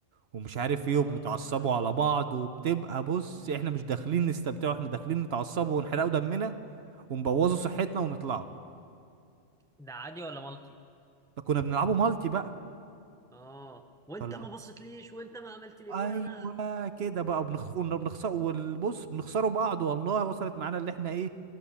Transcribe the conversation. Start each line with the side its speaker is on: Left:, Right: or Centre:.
Right: ومش عارف
Centre: اه
Right: ايه وبنتعصبوا على بعض وبتبقى بص احنا مش داخلين نستمتعوا احنا داخلين نتعصبوا ونحرقوا دمنا ونبوظوا صحتنا ونطلعوا
Centre: ده عادي ولا مالتي
Right: ده كنا بنلعبوا مالتي بقى
Centre: اه وانت
Right: فال-
Centre: ما بصيتليش وانت ما عملت لي وانا
Right: ايوه كده بقى بنخ... كنا بنخسر والبص بنخسروا بعض والله وصلت معانا اللي احنا ايه